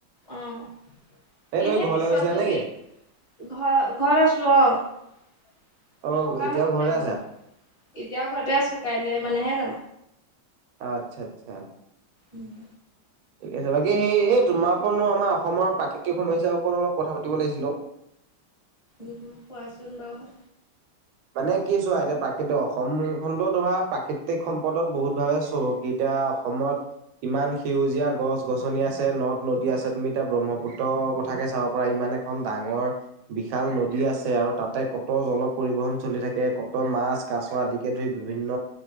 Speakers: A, on the left; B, on the right.
A: অ।
B: এই
A: এনে
B: তুমি ঘৰলে
A: পিছত
B: গৈছিলা
A: যদি
B: নেকি?
A: ঘৰ-ঘৰত আছো, অ
B: অ'
A: সকাম
B: এতিয়াও
A: আছিলে
B: ঘৰতে
A: ঘৰত
B: আছা?
A: এতিয়াও ঘৰতে আছো, কাইলে মানেহে যাম।
B: আচ্ছা, আচ্ছা।
A: উম।
B: ঠিক আছে, বাকী সেই এই তোমাৰ ওপৰত মই আমাৰ অসমৰ প্ৰাকৃতিক সমস্যাৰ ওপৰত অলপ কথা পাতিব লাগিছিলো।
A: উম, কোৱাচোন বাৰু।
B: মানে কি চোৱা এতিয়া প্ৰাকৃতিক অসম খণ্ড ধৰা প্ৰাকৃতিক সম্পদত বহুত ভাৱে চহকী এতিয়া এয়া অসমত ইমান সেউজীয়া গছ-গছনি আছে, নদ-নদী আছে, তুমি এতিয়া ব্ৰহ্মপুত্ৰ কথাকে চাব পাৰা ইমান এখন ডাঙৰ বিশাল নদী আছে, আৰু তাতে ক'ত জল পৰিবহন চলি থাকে, কত মাছ-কাছ আদিকে ধৰি বিভিন্ন